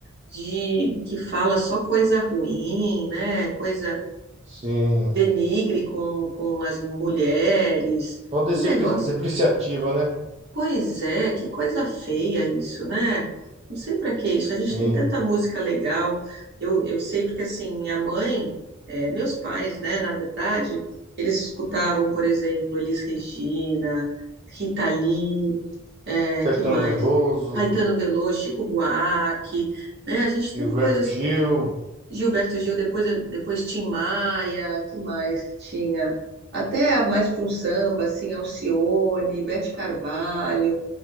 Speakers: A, on the right; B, on the right.
A: de que fala só coisa ruim, né? Coisa
B: Sim.
A: denigre com, com as mulheres.
B: Só descer
A: Um negócio
B: depreciativa, né?
A: Pois é, que coisa feia isso, né? Não sei para que isso. A gente
B: Sim.
A: tem tanta música legal. Eu, eu sei porque, assim, minha mãe, eh, meus pais, né, na verdade, eles escutavam, por exemplo, Elis Regina, Rita Lee, eh,
B: Caetano
A: que mais?
B: Veloso,
A: Caetano Veloso, Chico Buarque, né? A gente tem
B: Gilberto
A: coisas.
B: Gil,
A: Gilberto Gil, depois, depois Tim Maia, que mais que tinha? Até mais para um samba, assim, Alcione, Beth Carvalho.